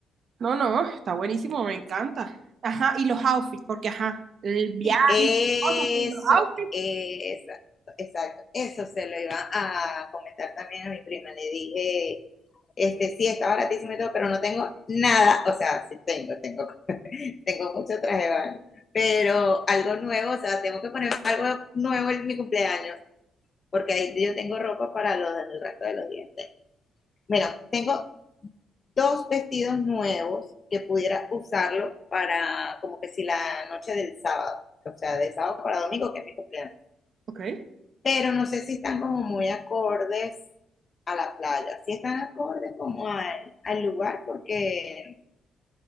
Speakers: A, on the right; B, on the left.
A: No, no, está buenísimo, me encanta. Ajá, y los outfits, porque ajá, el viaje
B: Eso,
A: y todo, pero los outfits.
B: exacto, exacto. Eso se lo iba a comentar también a mi prima. Le dije, este, sí, está baratísimo y todo, pero no tengo nada. O sea, sí tengo, tengo, tengo mucho traje de baño. Pero algo nuevo, o sea, tengo que poner algo nuevo en mi cumpleaños, porque ahí yo tengo ropa para los del resto de los dientes. Bueno, tengo dos vestidos nuevos que pudiera usarlo para como que si la noche del sábado, o sea, de sábado para domingo, que es mi cumpleaños
A: Ok.
B: pero no sé si están como muy acordes a la playa, si están acordes como al, al lugar, porque